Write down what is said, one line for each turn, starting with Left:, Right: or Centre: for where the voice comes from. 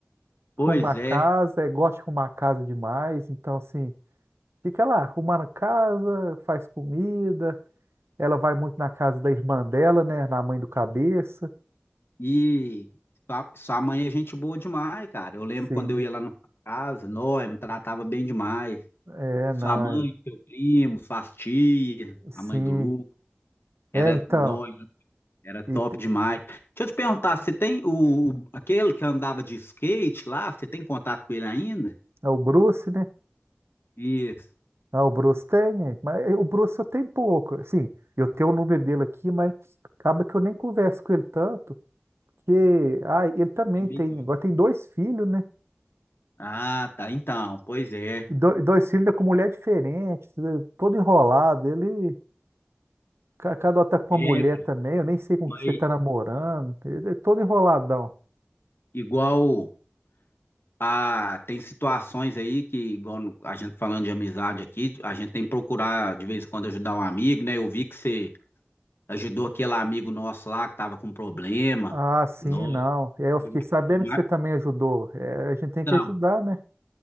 Right: <laughs>
Left: Pois
Right: arrumar
Left: é.
Right: casa, é, gosta de arrumar casa demais. Então, assim, fica lá, arrumando casa, faz comida. Ela vai muito na casa da irmã dela, né? Na mãe do cabeça.
Left: E sua, sua mãe é gente boa demais, cara. Eu lembro
Right: Sim.
Left: quando eu ia lá na sua casa, Noé me tratava bem demais.
Right: É,
Left: Sua
Right: não,
Left: mãe,
Right: é-
Left: seu primo, sua tia,
Right: sim.
Left: a mãe do Lu, era
Right: É, então,
Left: Noé, era top
Right: e te-
Left: demais. Deixa eu te perguntar, você tem o, o- aquele que andava de skate lá, você tem contato com ele ainda?
Right: é o Bruce, né?
Left: Isso,
Right: Ah, o Bruce tem, é, mas é, o Bruce eu tenho pouco. Assim, eu tenho o número dele aqui, mas acaba que eu nem converso com ele tanto, porque, ah, ele também
Left: é meio
Right: tem,
Left: doido.
Right: agora tem dois filhos, né?
Left: Ah, tá, então, pois é.
Right: E do- dois filhos né, com mulher diferente, né, todo enrolado. Ele, ca- cada hora tá com
Left: É,
Right: uma mulher também, eu nem sei com
Left: mas
Right: que você tá namorando, ele é todo enroladão.
Left: igual. Ah, tem situações aí que, igual no- a gente falando de amizade aqui, a gente tem que procurar de vez em quando ajudar um amigo, né? Eu vi que você ajudou aquele amigo nosso lá que tava com problema.
Right: Ah, sim,
Left: Nossa,
Right: não. É, Eu
Left: foi
Right: fiquei
Left: uma
Right: sabendo
Left: foi uma-
Right: que você também ajudou. É, a gente tem
Left: Então,
Right: que ajudar, né?